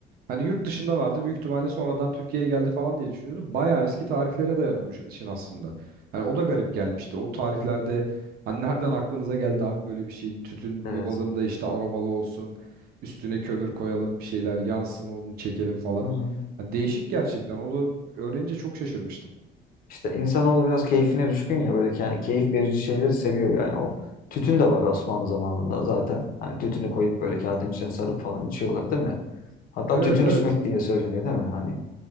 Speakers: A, on the right; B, on the left.
A: Hani yurt dışında vardı büyük ihtimalle sonradan Türkiye'ye geldi falan diye düşünüyordum. Bayağı eski tarihlere dayanıyormuş işin aslında. Hani o da garip gelmişti. O tarihlerde hani nereden aklınıza geldi abi böyle bir şey? Tütün
B: Evet.
A: bulalım da işte aromalı olsun. Üstüne kömür koyalım bir şeyler yansın onu çekelim falan.
B: Hı hı.
A: Hani değişik gerçekten. Onu öğrenince çok şaşırmıştım.
B: İşte insanoğlu biraz keyfine düşkün ya böyle ke- keyif verici şeyleri seviyor yani o. Tütün de var Osmanlı zamanında zaten. Hani tütünü koyup böyle kağıdın içine sarıp falan içiyorlar değil mi? Hatta
A: Evet
B: tütün
A: evet.
B: içmek diye söyleniyor değil mi? Hani